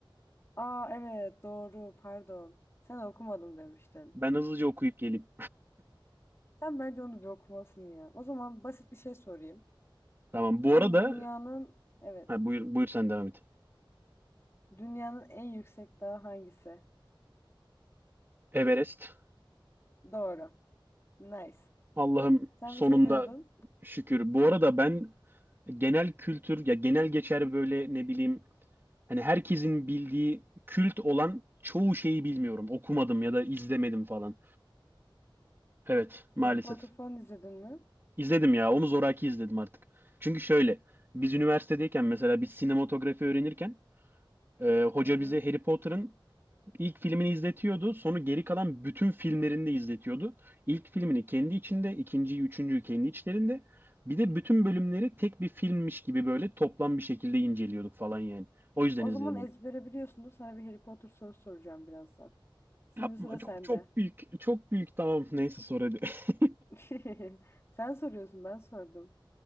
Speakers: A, on the left; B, on the right.
A: Aa evet doğru pardon. Sen okumadım demiştin.
B: Ben hızlıca okuyup geleyim.
A: Sen bence onu bir okumalısın ya. O zaman basit bir şey sorayım.
B: Tamam. Bu
A: En
B: arada
A: dünyanın evet
B: ha, buyur, buyur sen devam et.
A: dünyanın en yüksek dağı hangisi?
B: Everest.
A: Doğru. Nice.
B: Allah'ım
A: Sen
B: sonunda
A: bir şey diyordun.
B: şükür. Bu arada ben genel kültür ya genel geçer böyle ne bileyim Hani herkesin bildiği kült olan çoğu şeyi bilmiyorum. Okumadım ya da izlemedim falan. Evet, maalesef.
A: Harry Potter falan izledin mi?
B: İzledim ya. Onu zoraki izledim artık. Çünkü şöyle, biz üniversitedeyken mesela biz sinematografi öğrenirken e, hoca
A: Hı hı.
B: bize Harry Potter'ın ilk filmini izletiyordu. Sonra geri kalan bütün filmlerini de izletiyordu. İlk filmini kendi içinde, ikinciyi, üçüncüyü kendi içlerinde. Bir de bütün bölümleri tek bir filmmiş gibi böyle toplam bir şekilde inceliyorduk falan yani. O yüzden
A: O
B: izledim
A: zaman ezbere
B: onu.
A: biliyorsundur. Sana bir Harry Potter sorusu soracağım birazdan.
B: Yapma
A: Şimdi sıra
B: çok
A: sende.
B: çok büyük çok büyük tamam neyse sor hadi. <laughs>
A: <laughs> Sen soruyorsun ben sordum.